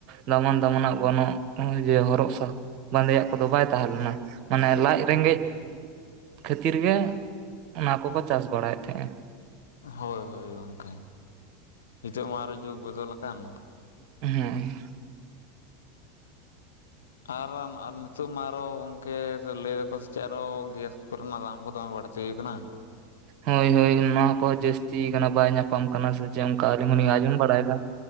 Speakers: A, on the right; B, on the left.
A: ᱫᱟᱢᱟᱱ ᱫᱟᱢᱟᱱᱟᱜ ᱜᱚᱱᱚ ᱱᱚᱜᱼᱚᱭ ᱡᱮ ᱦᱚᱨᱚᱜᱥᱟ ᱵᱟᱸᱫᱮᱭᱟᱜ ᱠᱚᱫᱚ ᱵᱟᱭ ᱛᱟᱦᱮᱸ ᱞᱮᱱᱟ ᱢᱟᱱᱮ ᱞᱟᱡ ᱨᱮᱸᱜᱮᱡ
B: ᱦᱳᱭ ᱦᱳᱭ
A: ᱠᱷᱟᱹᱛᱤᱨ ᱜᱮ ᱚᱱᱟ ᱠᱚᱠᱚ ᱪᱟᱥ ᱵᱟᱲᱟᱭᱮᱫ ᱛᱟᱦᱮᱸᱜᱼᱟ᱾
B: ᱦᱳᱭ ᱦᱳᱭ ᱜᱚᱝᱠᱮ᱾ ᱱᱤᱛᱚᱜ ᱢᱟ ᱟᱨᱚ ᱡᱩᱜ ᱵᱚᱫᱚᱞ ᱟᱠᱟᱱ᱾
A: ᱦᱩᱸ
B: ᱟᱨ ᱟᱨ ᱱᱤᱛᱚᱜ ᱢᱟ ᱟᱨᱚ ᱜᱚᱝᱠᱮ ᱞᱟᱹᱭ ᱫᱟᱠᱚ ᱥᱮ ᱪᱮᱫ ᱟᱨᱚ ᱜᱮᱥ ᱠᱚᱨᱮᱱᱟᱜ ᱫᱟᱢ ᱠᱚ ᱫᱚᱢᱮ ᱵᱟᱲᱛᱤᱭ ᱠᱟᱱᱟ᱾
A: ᱦᱳᱭ ᱦᱳᱭ ᱱᱚᱣᱟ ᱠᱚ ᱡᱟᱹᱥᱛᱤᱭ ᱠᱟᱱᱟ ᱵᱟᱭ ᱧᱟᱯᱟᱢ ᱠᱟᱱᱟ ᱥᱮ ᱪᱮ ᱚᱱᱠᱟ ᱟᱹᱞᱤᱧ ᱦᱚᱸᱞᱤᱧ ᱟᱸᱡᱚᱢ ᱵᱟᱲᱟᱭᱮᱫᱟ᱾